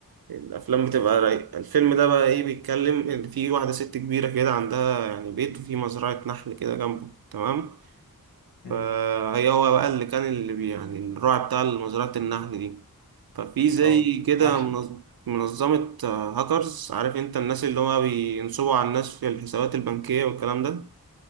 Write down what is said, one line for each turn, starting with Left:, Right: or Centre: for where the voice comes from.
Right: الأفلام بتبقى رايقة الفيلم ده بقى إيه بيتكلم إن في واحدة ست كبيرة كده عندها يعني بيت وفي مزرعة نحل كده جنبه تمام
Left: امم
Right: فهي هو بقى اللي كان اللي بي- يعني الراعي بتاع مزرعة النحل دي ففي زي
Left: اه
Right: كده
Left: منحل
Right: منظ- منظمة آه، هاكرز عارف انت الناس اللي هو بينصبوا على الناس في الحسابات البنكية والكلام ده